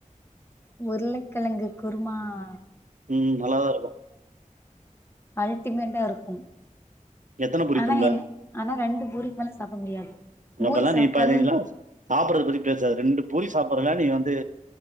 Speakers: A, on the left; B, on the right.
A: உருளைக்கிழங்கு குருமா ஆ
B: உம் நல்லாதா இருக்கோ
A: அல்டிமேட்டா இருக்கோம்
B: எத்தன பூரி
A: ஆனா
B: திம்ப?
A: என் ஆனா ரெண்டு பூரி மேல சாப்பிட முடியாது பூரி
B: அப்பல்லா
A: சாப்பிட்டாலே
B: நீ பாதிங்ளாஸ் சாப்பிடறது பத்தி பேசாத ரெண்டு பூரி சாப்பறனா நீ வந்து